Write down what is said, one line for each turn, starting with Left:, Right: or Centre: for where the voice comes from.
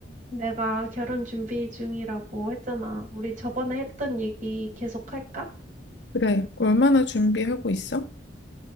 Right: 내가 결혼 준비 중이라고 했잖아. 우리 저번에 했던 얘기 계속 할까?
Left: 그래, 얼마나 준비하고 있어?